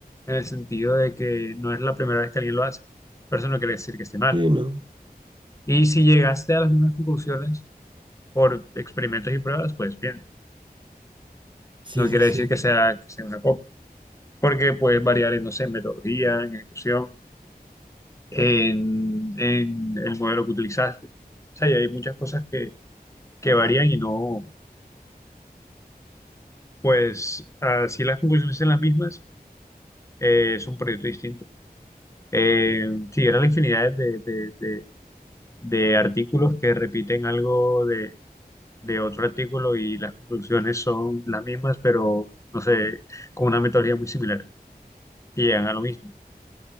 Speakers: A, on the left; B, on the right.
A: en el sentido de que no es la primera vez que alguien lo hace, pero eso no quiere decir que esté mal.
B: Sí, no.
A: Y si llegaste a las mismas conclusiones por experimentos y pruebas, pues bien,
B: Sí,
A: no
B: sí,
A: quiere
B: sí.
A: decir que sea, que sea una copia, porque puede variar en, no sé, en metodología, en ejecución. en, en el modelo que utilizaste. O sea, y hay muchas cosas que, que varían y no, pues, así las conclusiones son las mismas, eh, es un proyecto distinto. Eh, sí, eran la infinidad de, de, de- de artículos que repiten algo de, de otro artículo y las conclusiones son las mismas, pero, no sé, con una metodología muy similar y llegan a lo mismo.